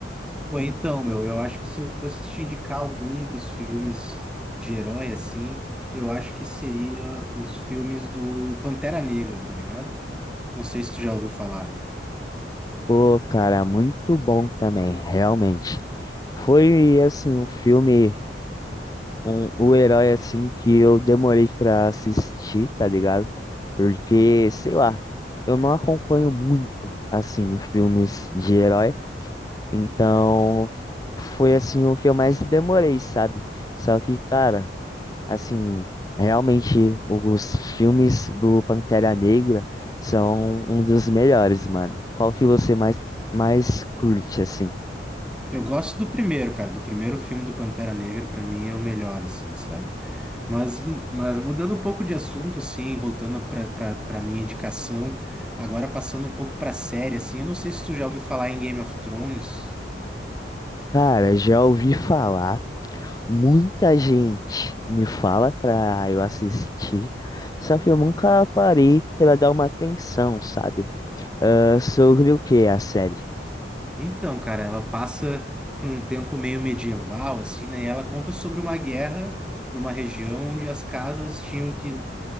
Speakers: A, in the centre; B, on the left (about 20°).
A: Pô, Então, meu, eu acho que se eu fosse te indicar algum dos filmes de herói, assim, eu acho que seria os filmes do Pantera Negra, tá ligado? Não sei se tu já ouviu falar.
B: Pô, cara, muito bom também, realmente. Foi assim um filme um, o herói assim que eu demorei pra assistir, tá ligado? Porque, sei lá, eu não acompanho muito assim filmes de herói, então foi assim o que eu mais demorei, sabe? Só que, cara, assim, realmente os filmes do Pantera Negra são um dos melhores, mano. Qual que você mais mais curte assim?
A: Eu gosto do primeiro, cara, do primeiro filme do Pantera Negra, pra mim é o melhor, assim, sabe? Mas, mas mudando um pouco de assunto, assim, voltando pra, pra, pra minha indicação, agora passando um pouco pra série, assim, eu não sei se tu já ouviu falar em Game of Thrones.
B: Cara, já ouvi falar Muita gente me fala pra eu assistir, só que eu nunca parei pra dar uma atenção, sabe? Ah, sobre o que é a série?
A: Então, cara, ela passa num tempo meio medieval, assim, né? E ela conta sobre uma guerra numa região onde as casas tinham que